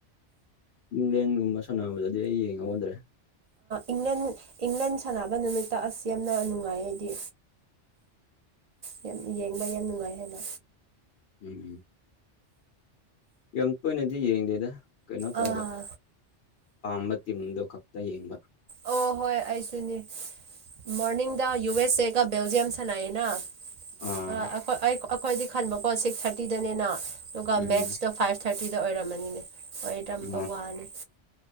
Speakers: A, on the left; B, on the right.
A: ꯏꯪꯂꯦꯟꯒꯨꯝꯕ ꯁꯥꯟꯅꯕꯗꯗꯤ ꯑꯩ ꯌꯦꯡꯍꯧꯗ꯭ꯔꯦ꯫
B: ꯏꯪꯂꯟ ꯏꯪꯂꯟ ꯁꯥꯟꯅꯕ ꯅꯨꯃꯤꯠꯇ ꯑꯁ ꯌꯥꯝꯅ ꯅꯨꯡꯉꯥꯏ ꯑꯩꯗꯤ ꯌꯥꯝ ꯌꯦꯡꯕ ꯌꯥꯝ ꯅꯨꯡꯉꯥꯏ ꯍꯥꯏꯅ
A: ꯎꯝ ꯌꯥꯝ ꯇꯣꯏꯅꯗꯤ ꯌꯦꯡꯗꯦꯗ ꯀꯩꯅꯣ ꯇꯧꯕ
B: ꯑꯥ
A: ꯄꯥꯝꯕ ꯇꯤꯝꯗꯣ ꯈꯛꯇ ꯌꯦꯡꯕ꯫
B: ꯑꯣ ꯍꯣꯏ ꯑꯩꯁꯨꯅꯤ ꯃꯣꯔꯅꯤꯡꯗ ꯌꯨ ꯑꯦꯁ ꯑꯦꯒ ꯕꯦꯜꯖꯤꯌꯝ ꯁꯥꯟꯅꯌꯦꯅ
A: ꯑꯥ
B: ꯑ ꯑꯈꯣꯢ ꯑꯩꯈꯣ ꯑꯩꯈꯣꯏꯗꯤ ꯈꯟꯕꯀꯣ ꯁꯤꯛꯁ ꯊꯥꯔꯇꯤꯗꯅꯦꯅ ꯑꯗꯨꯒ
A: ꯎꯝ
B: ꯃꯦꯠꯁꯇꯣ ꯐꯥꯏꯚ ꯊꯥꯔꯇꯤꯗ ꯑꯣꯏꯔꯝꯃꯅꯤꯅꯦ ꯑꯣꯏꯔꯝꯕ
A: ꯑꯥ
B: ꯋꯥꯅꯤ